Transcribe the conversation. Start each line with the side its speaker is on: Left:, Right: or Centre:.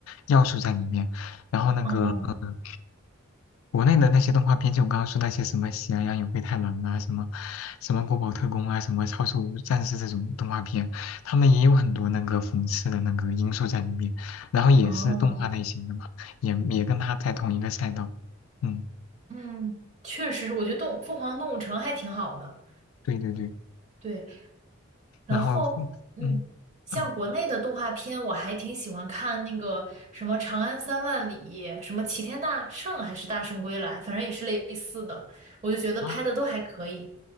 Left: 要素在里面，然后那个。
Right: 哦
Left: 呃国内的那些动画片，就我刚刚说那些什么《喜羊羊与灰太狼》啊，什么什么《国宝特工》啊，什么《超兽战士》这种动画片，他们也有很多那个讽刺的那个因素在里面，然后也是动画类型的嘛，
Right: 嗯
Left: 也也跟他在同一个赛道。嗯，
Right: 嗯，确实是，我觉得动凤凰动物城还挺好的，
Left: 对对对，
Right: 对。然后，
Left: 然后嗯
Right: 嗯，像国内的动画片，
Left: 嗯
Right: 我还挺喜欢看那个什么《长安三万里》，什么《齐天大圣》还是《大圣归来》，反正也是类似的，我就觉得拍的都还可以。
Left: 啊，